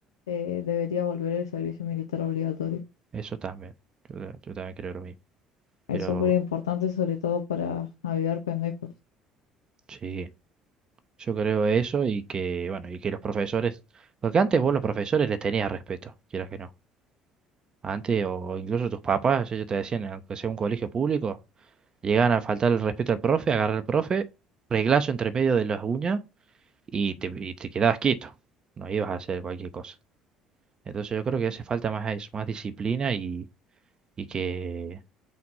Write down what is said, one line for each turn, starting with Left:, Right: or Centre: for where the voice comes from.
Left: eh, debería volver el servicio militar obligatorio.
Right: Eso también. Yo, ta- yo también creo lo mismo.
Left: Es
Right: Pero
Left: súper importante, sobre todo para avivar pendejos.
Right: sí, yo creo eso y que, bueno, y que los profesores, porque antes vos los profesores les tenías respeto, quieras que no. Antes, o incluso tus papás, ellos te decían, aunque sea un colegio público, llegaban a faltar el respeto al profe, agarrar al profe, reglazo entre medio de las uñas y te, y te quedabas quieto. No ibas a hacer cualquier cosa. Entonces yo creo que hace falta más eso, más disciplina y, y que,